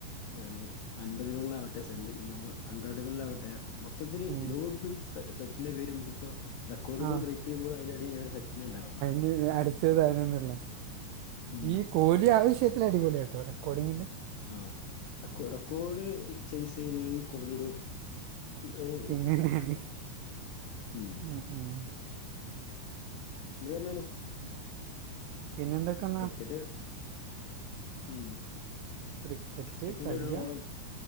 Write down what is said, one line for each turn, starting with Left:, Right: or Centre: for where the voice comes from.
Left: <unintelligible> അൻപതുകളിലാവട്ടെ സെ <unintelligible> നൂ ഹൺഡ്രഡുകളിലാവട്ടെ മൊത്തത്തില്
Right: ഉം.
Left: എലോടുത്തും സ സച്ചിന്റെ പേര് <unintelligible> റെക്കോർഡുകൾ
Right: ആ
Left: ബ്രേയ്ക്കെയ്യുമ്പോളയിനടി <unintelligible> സച്ചിനാണ്ടാവ
Right: ഇ എ അടുത്തതാണെന്നുള്ള
Left: ഉം
Right: ഈ കോരി ഈ ആവശ്യത്തില് അടിപൊളിയാട്ടോ റെക്കോഡിങ്ല്
Left: ആ റെക്കോ റെക്കോഡ്ല് ചെയ്സ് ചെയ്യുന്നില് കോലിയൊരു ഇ ഒരു
Right: കിങ് തന്നെയാണ്
Left: <unintelligible>
Right: ഉം ഉം
Left: <unintelligible>
Right: പിന്നെന്തൊക്കെന്നാ
Left: മ് ക്രിക്കറ്റ് ഉം
Right: ക്രിക്കറ്റ്
Left: ക്രിക്കറ്റിന്റെ
Right: കളിയ
Left: ഒരു റോളും